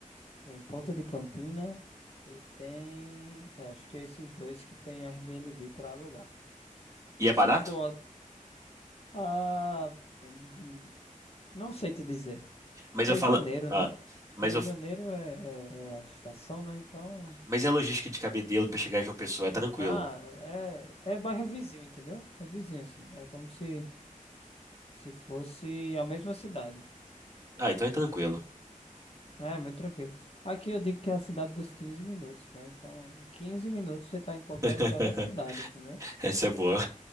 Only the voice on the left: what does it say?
tem Ponta de Campina e tem, é, acho que é esses dois que tem Airbnb pra alugar.
Se
for ah, hum, não sei te dizer.
Porque
é
janeiro,
né? Porque
janeiro é, é, é alta estação, né? Então.
Ah, é, é bairro vizinho, entendeu? É vizinho, assim. É como se, se fosse a mesma cidade.
Só
que. É, muito tranquilo. Aqui eu digo que é a cidade dos 15 minutos, né? Então, em 15 minutos você tá em qualquer
lugar da cidade, entendeu?